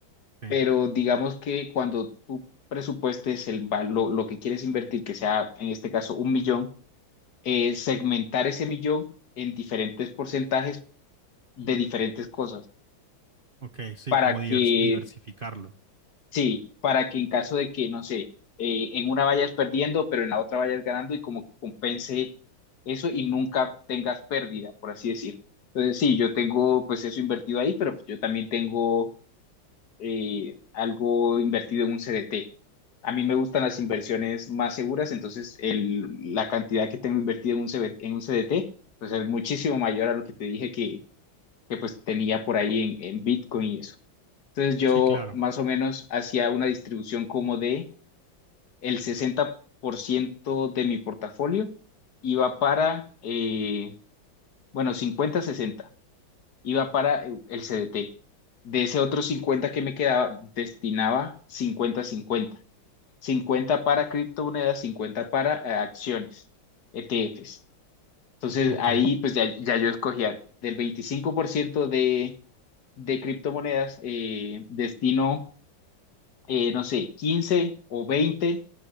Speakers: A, on the right; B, on the left.
A: sí.
B: pero digamos que cuando tú presupuestes el valor, lo que quieres invertir, que sea en este caso un millón, eh, segmentar ese millón en diferentes porcentajes de diferentes cosas
A: Ok, sí,
B: para
A: como
B: que
A: divers- diversificarlo.
B: Sí, para que en caso de que, no sé, eh, en una vayas perdiendo, pero en la otra vayas ganando y como que compense eso y nunca tengas pérdida, por así decir. Entonces, sí, yo tengo pues eso invertido ahí, pero pues, yo también tengo eh, algo invertido en un CDT. A mí me gustan las inversiones más seguras, entonces el, la cantidad que tengo invertida en un CB en un CDT, pues es muchísimo mayor a lo que te dije que, que pues tenía por ahí en, en Bitcoin y eso. Entonces yo
A: Sí, claro.
B: más o menos hacía una distribución como de el 60% de mi portafolio iba para, eh, bueno, 50-60, iba para el CDT. De ese otro 50 que me quedaba, destinaba 50-50. 50 para criptomonedas, 50 para eh, acciones, ETFs. Entonces
A: Ok.
B: ahí pues ya, ya yo escogía del 25% de, de criptomonedas, eh, destino eh, no sé, 15 o 20